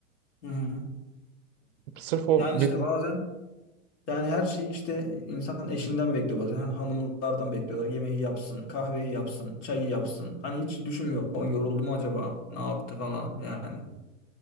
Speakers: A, on the left; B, on the right.
A: Hı hı.
B: Sırf o
A: Yani
B: bir
A: işte bazen yani her şeyi işte insan eşinden bekliyor bazen. Hani hanımlardan bekliyorlar. Yemeği yapsın, kahveyi yapsın, çayı yapsın. Hani hiç düşünmüyor. O yoruldu mu acaba? Ne yaptı falan yani.